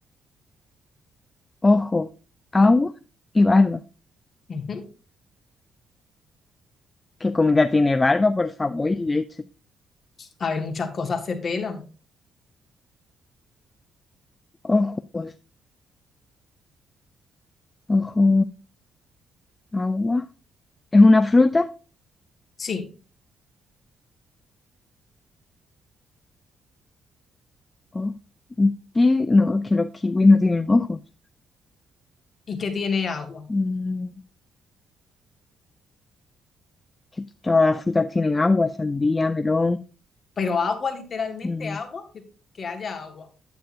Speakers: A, on the left; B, on the left.
A: Ojo, agua y barba.
B: Ujú.
A: ¿Qué comida tiene barba, por favor? Y leche.
B: A ver, muchas cosas se pelan.
A: Ojos, ojo, agua. ¿Es una fruta?
B: Sí.
A: Oh, un ki- No, es que los kiwis no tienen ojos.
B: ¿Y que tiene agua?
A: Mm. que todas las frutas tienen agua, sandía, melón.
B: Pero agua, literalmente
A: mm.
B: agua, que, que haya agua.